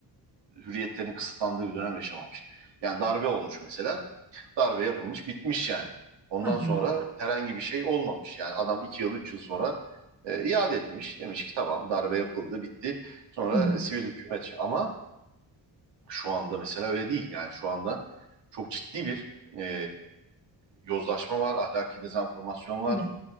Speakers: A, on the right (about 85°); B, in the centre.
A: hürriyetlerin kısıtlandığı bir dönem yaşamamış. Yani darbe olmuş mesela. Darbe yapılmış, bitmiş yani. Ondan
B: Hı hı,
A: sonra herhangi bir şey olmamış. Yani adam 2 yıl, 3 yıl sonra e, iade etmiş. Demiş ki tamam darbe yapıldı, bitti. Sonra
B: hı hı.
A: sivil hükümet. Ama şu anda mesela öyle değil. Yani şu anda çok ciddi bir e, yozlaşma var, ahlaki dezenformasyon var.
B: Evet,